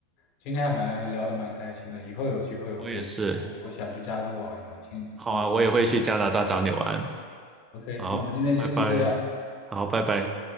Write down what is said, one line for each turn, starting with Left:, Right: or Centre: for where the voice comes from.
Left: 今天还蛮聊聊得蛮开心的，以后有机会我可以去，
Right: 我也是，
Left: 我我想去加州玩一玩。听你说了这，
Right: 好啊，我也会去加拿大找你玩。
Left: 我加州。OK，
Right: 好，
Left: 那我们今天先就这样。
Right: 拜拜，好，拜拜。